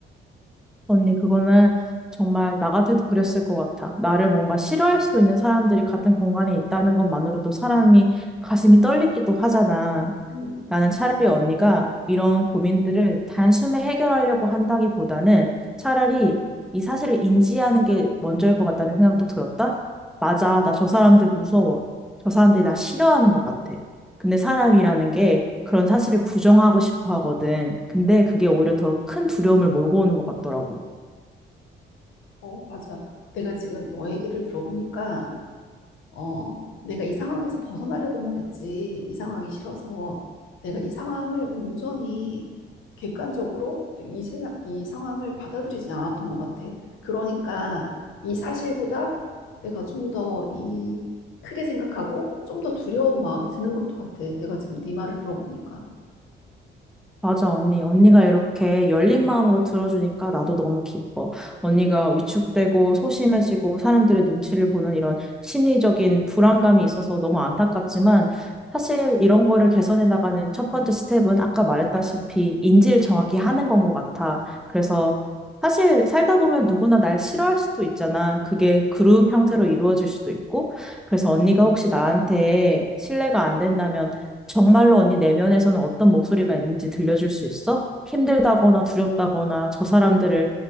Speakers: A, in the centre; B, on the left.
A: 언니, 그거는 정말 나 같아도 그랬을 것 같아. 나를 뭔가 싫어할 수도 있는 사람들이 같은 공간에 있다는 것만으로도 사람이 가슴이 떨리기도 하잖아.
B: 음,
A: 나는 차라리 언니가 이런 고민들을 단숨에 해결하려고 한다기보다는 차라리 이 사실을 인지하는 게 먼저일 것 같다는 생각도 들었다. 맞아, 나 저 사람들 무서워. 저 사람들이 나 싫어하는 것 같아. 근데 사람이라는 게 그런 사실을 부정하고 싶어 하거든. 근데 그게 오히려 더 큰 두려움을 몰고 오는 것 같더라고.
B: 어, 맞아. 내가 지금 너 얘기를 들어보니까 어, 내가 이 상황에서 벗어나려고 말했지. 이 상황이 싫어서 내가 이 상황을 온전히 객관적으로 또 이 세상, 이 상황을 받아들이지 않았던 것 같아. 그러니까 이 사실보다 내가 좀 더 이 크게 생각하고 좀 더 두려운 마음이 드는 것도 같아. 내가 지금 네 말을 들어보니까.
A: 맞아, 언니. 언니가 이렇게 열린 마음으로 들어주니까 나도 너무 기뻐. 언니가 위축되고 소심해지고 사람들의 눈치를 보는 이런 심리적인 불안감이 있어서 너무 안타깝지만 사실 이런 거를 개선해 나가는 첫 번째 스텝은 아까 말했다시피 인지를 정확히 하는 건 것 같아. 그래서 사실 살다 보면 누구나 날 싫어할 수도 있잖아. 그게 그룹 형태로 이루어질 수도 있고. 그래서 언니가 혹시 나한테 신뢰가 안 된다면 정말로 언니 내면에서는 어떤 목소리가 있는지 들려줄 수 있어? 힘들다거나 두렵다거나 저 사람들을